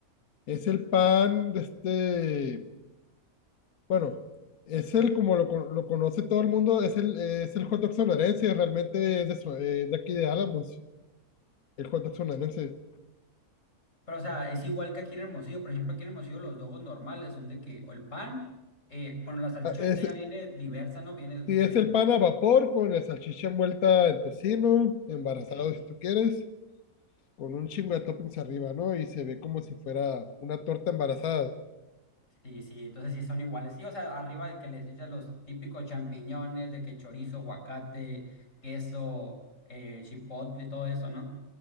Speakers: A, on the left (about 70°); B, on the left (about 55°).
A: Es el pan de este, bueno, es el como lo, con- lo conoce todo el mundo, es el, eh, es el hot dog sonorense, realmente es de, so- eh, de aquí de Álamos, el hot dog sonorense.
B: Pero, o sea, es igual que aquí en Hermosillo. Por ejemplo, aquí en Hermosillo los dogos normales son de que, o el pan, eh, bueno, la salchicha
A: Ah, Es,
B: ahorita ya viene diversa, ¿no? Viene,
A: sí,
B: si
A: es
B: es,
A: el pan a vapor con la salchicha envuelta en tocino, embarazado
B: ok,
A: si tú quieres, con un chingo de toppings arriba, ¿no? Y se ve como si fuera una torta embarazada.
B: sí, sí, entonces sí son iguales. Sí, o sea, arriba de que les echas los típicos champiñones, de que chorizo, aguacate, queso, eh, chipotle y todo eso, ¿no?